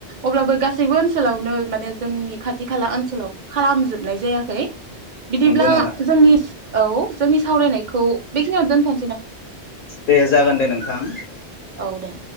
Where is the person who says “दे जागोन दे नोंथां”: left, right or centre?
Left